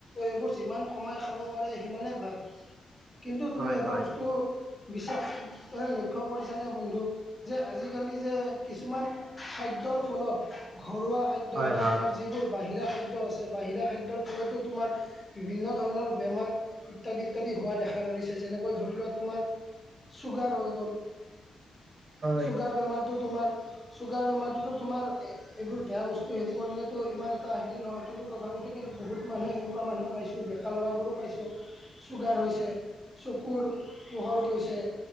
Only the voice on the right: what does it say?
হয়
হয়
হয়
হয়
হয়,